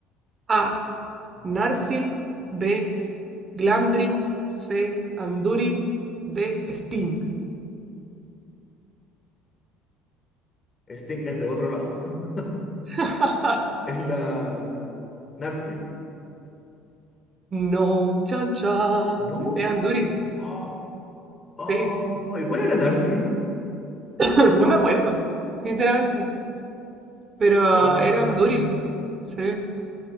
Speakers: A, on the right (about 30°); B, on the left (about 25°).
A: A.
B: Sting,
A: Narsil. B. Glamdring. C. Andúril. D. Sting.
B: Sting es de otro lado. <laughs>
A: <laughs>
B: Es la Narsil.
A: No, chan chan.
B: ¿No?
A: Era Andúril,
B: Oh, oh.
A: sí.
B: ¿Y cuál era Narsil?
A: <laughs> No me acuerdo, sinceramente. Pero
B: Wow.
A: era Andúril, sí.